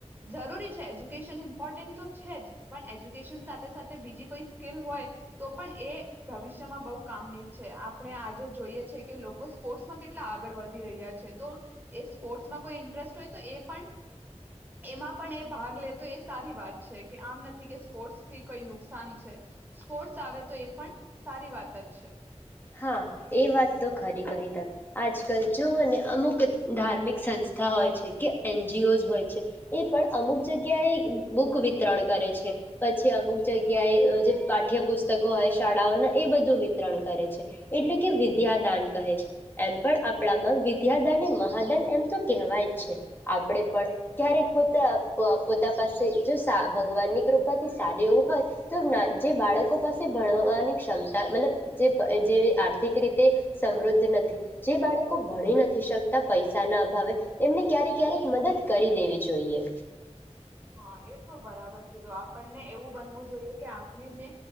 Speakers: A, on the right (about 15°); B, on the left (about 20°).
A: જરૂરી છે, એજ્યુકેશન ઇમ્પોર્ટન્ટ તો છે જ પણ એજ્યુકેશન સાથે સાથે બીજી કોઈ સ્કીલ હોય, તો પણ એ ભવિષ્યમાં બહુ કામની છે. આપણે આજે જોઈએ છે, કે લોકો સ્પોર્ટ્સમાં કેટલા આગળ વધી રહ્યા છે. તો એ સ્પોર્ટ્સમાં કોઈ ઇન્ટરેસ્ટ હોય તો એ પણ, એમાં પણ, એ ભાગ લે, તો એ સારી વાત છે કે આમ ન કે સ્પોર્ટ્સ થી કોઈ નુકસાન છે. સ્પોર્ટ્સ આવે તો એ પણ, સારી વાત જ છે.
B: હા, એ વાત તો ખરી કહી તમે. આજકાલ જોઓને અમુક ધાર્મિક સંસ્થા હોય છે કે એનજીઓઝ હોય છે એ પણ અમુક જગ્યાએ બુક વિતરણ કરે છે. પછી અમુક જગ્યાએ જે પાઠ્યપુસ્તકો હોય શાળાઓના એ બધું વિતરણ કરે છે. એટલે કે વિદ્યાદાન કહે છે. એમ પણ આપણામાં વિદ્યાદાન એ મહાદાન એમ તો કેહેવાય જ છે. આપણે પણ ક્યારેક પોતા, પોતા પાસે જો સા ભગવાનની કૃપાથી સારી એવું હોય, તો જે બાળકો પાસે ભણવાની ક્ષમતા મતલબ જે અ જેવી આર્થિક રીતે સમૃદ્ધ નથી, જે બાળકો ભણી નથી શકતા પૈસાના અભાવે, એમને ક્યારે ક્યારેક મદદ કરી દેવી જોઈએ.
A: હા, એ તો બરાબર કીધું. આપણને એવું બનવું જોઈએ કે આપણે જે